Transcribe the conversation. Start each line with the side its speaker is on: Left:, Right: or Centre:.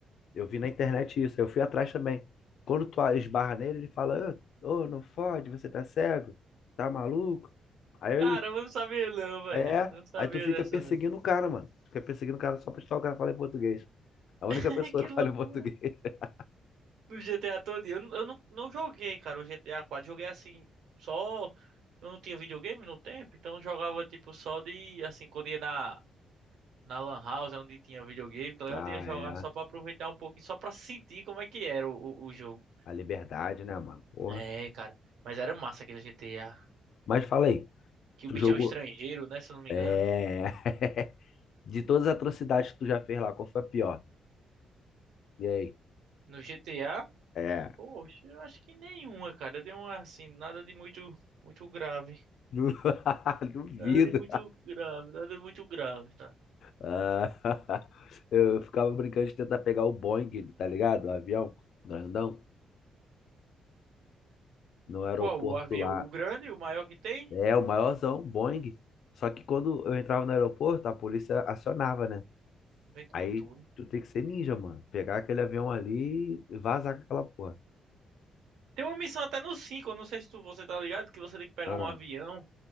Left: Eu vi na internet isso, aí eu fui atrás também. Quando tu esbarra nele, ele fala, ô, ô, não fode, você tá cego, tá maluco? Aí,
Right: Cara,
Left: eu-
Right: eu não sabia não, velho.
Left: é,
Right: Não sabia
Left: aí tu fica
Right: dessa.
Left: perseguindo o cara, mano. Tu fica perseguindo o cara só pra estar o cara falar em português. A única
Right: <laughs>
Left: pessoa
Right: Que
Left: que
Right: loucura.
Left: fala português. <laughs>
Right: No GTA todo. dia. Eu, não- eu não, não joguei, cara, o GTA 4. Joguei assim, só. Eu não tinha videogame no tempo, então eu jogava tipo só de. Assim, quando ia na, na Lan House, é onde tinha videogame, tá ligado?
Left: Ah,
Right: Ia jogar
Left: é.
Right: só pra aproveitar um pouquinho, só pra sentir como é que era o, o, o jogo.
Left: A liberdade, né, mano? Porra.
Right: É, cara. Mas era massa aquele GTA.
Left: Mas fala aí,
Right: Que
Left: tu
Right: o bicho
Left: jogou.
Right: é o estrangeiro, né? Se eu não me
Left: É.
Right: engano.
Left: <laughs> De todas as atrocidades que tu já fez lá, qual foi a pior? E aí?
Right: No GTA,
Left: É.
Right: poxa, eu acho que nenhuma, cara. Deu uma assim, nada de muito, muito grave.
Left: Du- <laughs> Duvido.
Right: Nada de muito grave, nada de muito grave, tá?
Left: Ah, <laughs> Eu ficava brincando de tentar pegar o Boeing, tá ligado? O avião grandão no aeroporto
Right: Qual? O avião?
Left: lá.
Right: O grande, o maior que tem?
Left: É, o maiorzão, Boeing. Só que quando eu entrava no aeroporto, a polícia acionava, né?
Right: Vem com
Left: Aí
Right: tudo.
Left: tu tem que ser ninja, mano. Pegar aquele avião ali e vazar com aquela porra.
Right: Tem uma missão até no 5 eu não sei se tu, você tá ligado, que você tem que pegar
Left: Ah,
Right: um avião